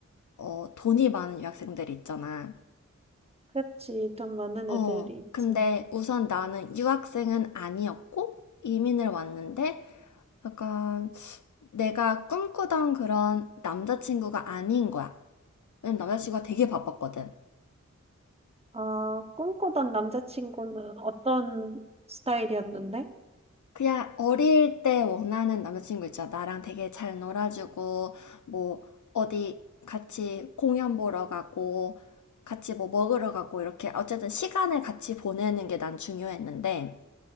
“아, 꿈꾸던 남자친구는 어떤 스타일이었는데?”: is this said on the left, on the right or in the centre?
Right